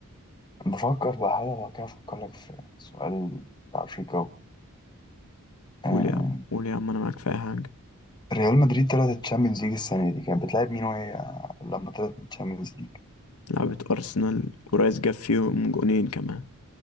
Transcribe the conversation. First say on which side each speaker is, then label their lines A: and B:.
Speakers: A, on the left (about 20°); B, on the left (about 80°).
A: بفكر بقى حاجة لو كده أفكر لك في سؤال بتاع أفريقيا أهو. آه،
B: قول يا عم قول يا عم أنا معاك في أي حاجة
A: ريال مدريد طلعت الشامبيونز ليج السنة دي كانت بتلعب مين وهي لما طلعت من الشامبيونز ليج
B: لعبة أرسنال ورايس جاب فيهم جونين كمان